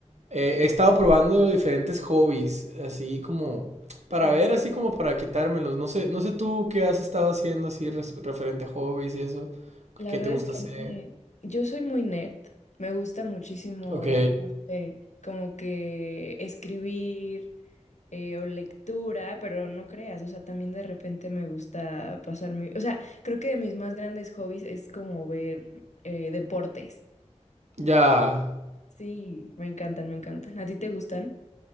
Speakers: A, on the right; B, on the left.
A: eh, he estado probando diferentes hobbies, así como para
B: En
A: ver,
B: sí.
A: así como para quitármelos. No sé, no sé tú qué has estado haciendo así res- referente a hobbies y eso.
B: La
A: ¿Qué
B: verdad
A: te gusta
B: es que
A: hacer?
B: a mí me... Yo soy muy nerd. Me gusta muchísimo,
A: Ok,
B: no sé, como que escribir eh, o lectura, pero no creas, o sea, también de repente me gusta pasar mi O sea, creo que de mis más grandes hobbies es como ver eh, deportes.
A: ya.
B: Sí, me encantan, me encantan. ¿A ti te gustan?